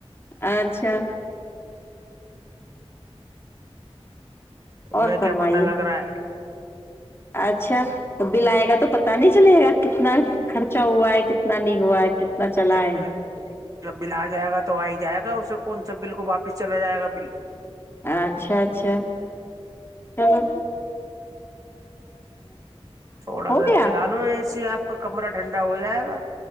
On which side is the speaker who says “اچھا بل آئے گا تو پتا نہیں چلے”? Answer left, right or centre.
Left